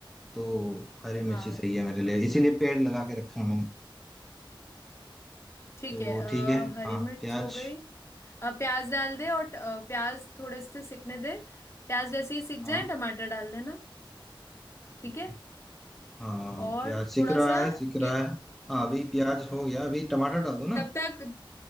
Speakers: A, in the centre; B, on the left.
A: तो हरी मिर्च
B: हाँ
A: ही सही है मेरे लिए इसीलिए पेड़ लगा के रखा है मैंने
B: ठीक
A: तो
B: है अ,
A: ठीक है
B: हरी
A: हाँ
B: मिर्च
A: प्याज
B: हो गई अ, प्याज डाल दे और ट- अ, प्याज थोड़े से सिकने दे प्याज जैसे ही सिक
A: हाँ
B: जाए टमाटर डाल देना ठीक
A: ठीक
B: है
A: है हाँ
B: और
A: प्याज सीख
B: थोड़ा
A: रहा
B: सा
A: है सीख रहा
B: एक
A: है हाँ अभी प्याज हो गया अभी टमाटर डाल दो ना
B: तब तक